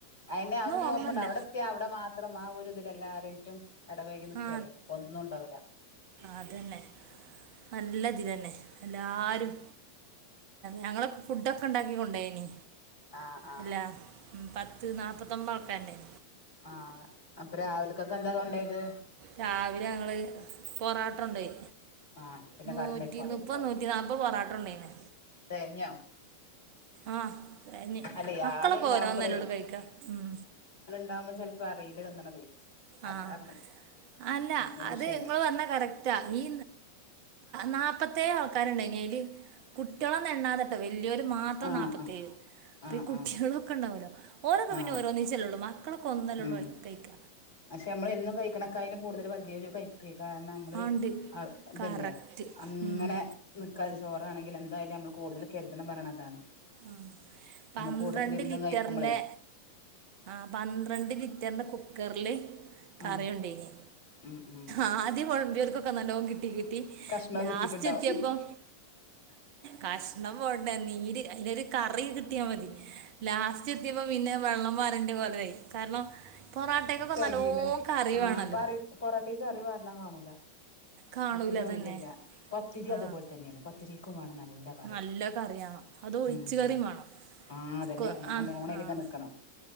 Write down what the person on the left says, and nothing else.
അയിന് അന്ന്
ഓർമ്മണ്ട അവടെ എത്യ അവടെ മാത്രം ആ ഒരു ഇതില് എല്ലാരിട്ടും എടപയികി നിക്കല്ലേ
ഒന്നും ഒണ്ടാവുല്ല
ആഹ് ആഹ്
ആഹ് അപ്പൊ രാവിലക്കൊക്കെ എന്താ കൊണ്ടെയത്
ആഹ് പിന്നെ
കറിണ്ടാക്കി കൊണ്ടോയിട്ടുണ്ടാവും
തികഞ്ഞോ
അല്ലെ
ആളുണ്ടാവുമ്പളേ
ഇതാവുമ്പോ ചെലപ്പ അറിയില്ല തിന്നണത്
അതാ പറഞ്ഞത്
അങ്ങനെ ഒരു
വിഷയണ്ട്
ആ
ആ
ആ
ആ
ആ
ഉം
പക്ഷെ നമ്മള് എന്നും കയിക്കണേക്കായാലും കൂടുതല് വല്യോര് കയിക്കെ കാരണം നമ്മള്
അ ഇതല്ലേ
അങ്ങനെ
നിക്ക ചോറാണെങ്കില് എന്തായാലും നമ്മള് കൂടുതല് കെരുതണം പറയണ അതാണ്
നമ്മൾ കൂട്ടത്തിലിരുന്ന്
കഴിക്കുമ്പളേ
ആ
ഉം ഉം
കഷ്ണവും
കിട്ടിട്ടുണ്ടാവും
തെകീല
ആ പറ പൊറോട്ടക്ക് കറി പാറന്നാ കാണൂല
മറ്റുള്ള മരിയല്ല
പത്തിരി
അതുപോലെ തന്നെയാണ് പ പത്തിക്കുമാണ് നല്ല കറി
ഉം
ആഹ് അതന്നെ
നല്ലഓണ അതില്ലങ്ങെ
നൽക്കണം